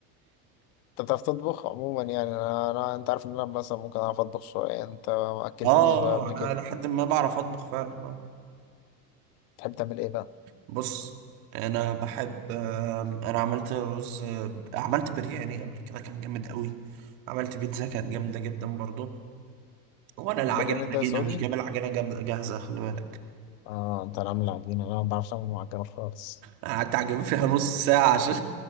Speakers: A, on the left; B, on the right.
A: بتعرف تطبخ عموما يعني انا, أنا انت عارف ان انا مثلا ممكن اعرف اطبخ شويه انت ما اكلتنيش
B: <laughs> اه
A: بقى قبل
B: انا
A: كده
B: لحد ما بعرف اطبخ فعلا
A: تحب تعمل ايه بقى
B: بص انا بحب آم، انا عملت رز عملت برياني قبل كده كان جامد قوي عملت بيتزا كانت جامده جدا برضو وانا العجله
A: برياني
B: اللي
A: ده
B: جينا
A: سعودي
B: مش جايب العجله جامده جاهزه خلي بالك
A: اه انت اللي عامل العجينه انا ما بعرفش اعمل معجنات خالص
B: أنا قعدت اعجب فيها نص ساعه عشان